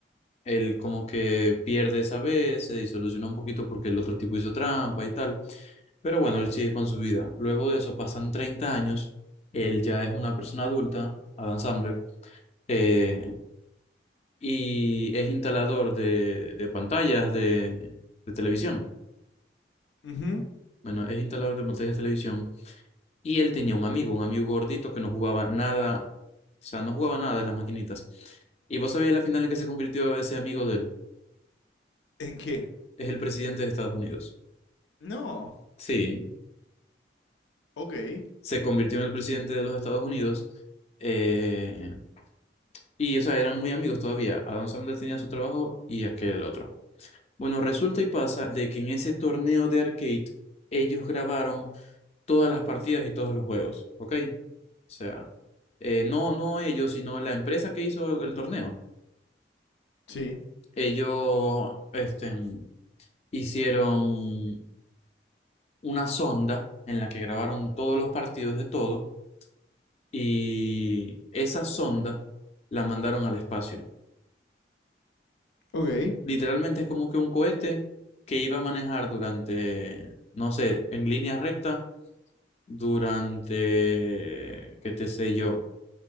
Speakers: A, on the left; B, on the left.
A: él como que pierde esa vez, se disoluciona un poquito porque el otro tipo hizo trampa y tal, pero bueno, él sigue con su vida. Luego de eso pasan 30 años, él ya es una persona adulta, Adam Sandler, eh, y es instalador de, de pantallas de, de televisión.
B: ujú.
A: Bueno, es instalador de pantallas de televisión y él tenía un amigo, un amigo gordito que no jugaba nada, o sea, no jugaba nada de las maquinitas. ¿Y vos sabías la final en que se convirtió ese amigo de él?
B: ¿En qué?
A: es el presidente de Estados Unidos.
B: No.
A: Sí,
B: Ok.
A: se convirtió en el presidente de los Estados Unidos. eh, y, o sea, eran muy amigos todavía. Adam Sandler tenía su trabajo y aquel otro. Bueno, resulta y pasa de que en ese torneo de arcade ellos grabaron todas las partidas y todos los juegos, ¿ok? O sea, eh, no, no ellos, sino la empresa que hizo el torneo.
B: Sí.
A: Ellos, este, hicieron una sonda en la que grabaron todos los partidos de todo Y esa sonda la mandaron al espacio.
B: Ok.
A: Literalmente es como que un cohete que iba a manejar durante, no sé, en línea recta, durante, qué te sé yo,